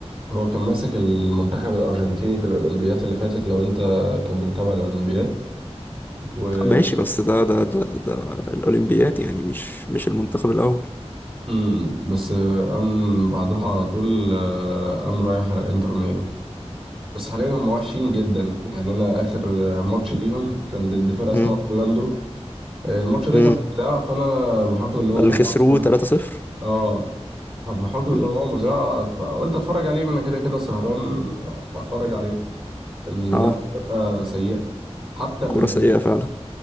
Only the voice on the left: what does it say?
طب ماشي بس ده ده ده ده الأولمبياد يعني مش مش المنتخب الأول
امم
امم
ده اللي
خسروه
3-0
مم.
اه
كورة سيئة فعلا